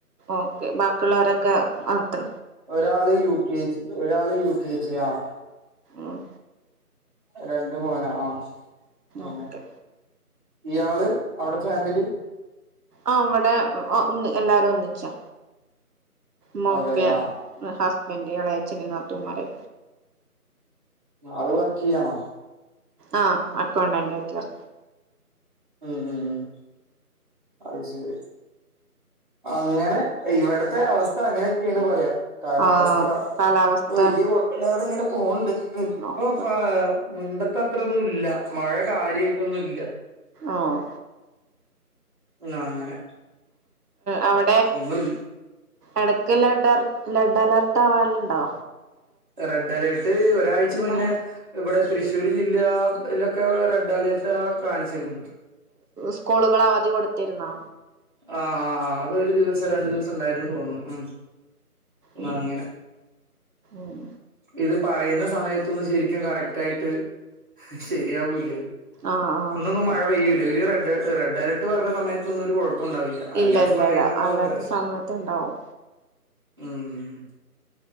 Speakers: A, on the right; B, on the right.
A: ഓക്കെ ബാക്കി ഒള്ളൊരെക്ക ആത്ര
B: ഒരാള് യു കെ ജി ഒരാള് യു കെ ജി ആഹ്
A: ഉം
B: രണ്ട് മോനാ ആഹ് ആ
A: ഓക്കെ
B: ഇയാള് അവ്ടെ ഫാമിലി
A: ആഹ് അവട മ് ഒന്ന് എല്ലാരൊന്നിച്ചാ മ്മ
B: അതെല്ലേ
A: ഉപ്പ്യ
B: ആ
A: ന്ന ഹസ്ബൻഡ് എളെച്ഛന് നാത്തുമ്മാര്
B: ആള് വർക്കിയ്യാണോ
A: ആഹ് അക്കൗണ്ടന്റയ്ട്ട് വർ
B: ഉം ഉം ഉം അത് ശരി അങ്ങനെ ഇവട്ത്തെ അവസ്ഥ അങ്ങനെക്കെണ് പറയാ കാലാവസ്ഥ
A: ആഹ് കാലാവസ്ഥ
B: പ്പൊ വല്ല്യ കൊഴപ്പല്ലാതെ ഇങ്ങനെ പോണ്ട് നി
A: നോക്ക
B: പ്പൊ പ്പാഅ് മുൻപത്ത അത്രെന്നും ഇല്ല മഴ കാര്യായിട്ടൊന്നു ഇല്ല
A: ആഹ്
B: ന്നാ അങ്ങനെ
A: അവ
B: ങ്ങൾ ലി
A: എടക്ക് ലെഡർ ലെഡ് അലർട്ട് അവാല്ണ്ടോ
B: റെഡ് അലേർട്ട് ഒരാഴ്ച
A: അധികം
B: മുന്നെ ഇവടെ തൃശ്ശൂര് ജില്ലാ ഇലൊക്കെ റെഡ് അലേർട്ടാ കാണിച്ചിര്ന്നു
A: സ്കൂളുകള അവധി കൊട്ത്തിര്ന്നോ
B: ആഹ ആഹ് അതൊ രൂദിവസം രണ്ടു ദിവസം ണ്ടായിന്ന് തോന്നുന്നു ഉ
A: ഉം
B: അങ്ങനെ
A: ഉം
B: ഇത് പറയുന്ന സമയത്ത് അന്ന് ശരിക്കും കറക്റ്റ് ആയിട്ട് ശരിയാവൂല്ല
A: ആഹ്
B: അന്നൊന്നും മഴ
A: ആഹ്
B: പെയ്യൂല്ല ഇവര്റെഡ് റെഡ് അലർട്ട് പറഞ്ഞ സമയത്തൊന്നും ഒരു കുഴപ്പം ഉണ്ടാവില്ല അല്ലാത്ത
A: ഇല്ല ഇല്ല
B: സമയങ്ങളിലാവ
A: ഇല്ല അല്ലാത്ത
B: പ്രശം
A: സമയത്ത് ഉണ്ടാവും
B: ഉം